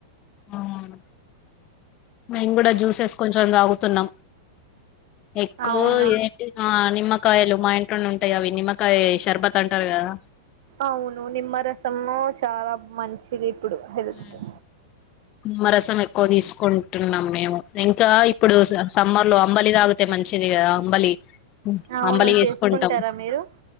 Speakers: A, on the left; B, on the right.
A: ఔను మేము కూడా జ్యూసెస్ కొంచెం తగుతున్నాం ఎక్కువ్
B: అవునా
A: ఏంటిది న నిమ్మకాయలు మ ఇంట్లోన్ ఉంటాయి అవి నిమ్మకాయ షర్బత్ అంటారు కదా
B: అవును నిమ్మరసము చాలా మంచిది ఇప్పుడు హెల్త్కి
A: హ్మ్ నిమ్మరసం ఎక్కువ తీసుకుంటు న్నాం మేము ఇంకా ఇప్పుడు సమ్మర్లో అంబలి తాగితే మంచిది కదా అంబలి
B: అవును
A: అంబలి చేసుకుంటాం
B: చేసుకుంటారా మీరు